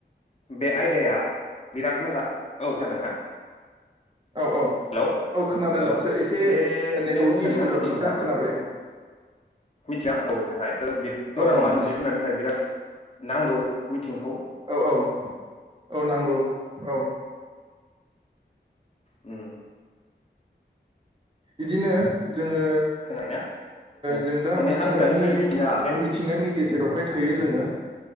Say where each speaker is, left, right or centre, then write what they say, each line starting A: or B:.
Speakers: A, on the left; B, on the right.
A: बे आयदाया बिराद मोजां औ खोनादोंना
B: औ औ
A: हेलौ
B: खोनादों
A: औ
B: दासो एसे
A: बे
B: नेटवर्कनि
A: नों होनदोंना
B: इसु जादोंमोन
A: मिथिंगा
B: दा खोनाबाय औ
A: मिथिंगा औ
B: औ
A: गां
B: औ
A: नङा जिब जुनार नांगौ मिथिंखौ
B: औ औ औ नांगौ। औ
A: उम
B: बिदिनो जोङो
A: खोनाबायना उम
B: जों दा
A: माने
B: मिथिंगानि
A: आं होनदों बे मिथिंगा बे
B: मिथिंगानि गेजेरावजों जेरावहाय थायो जोङो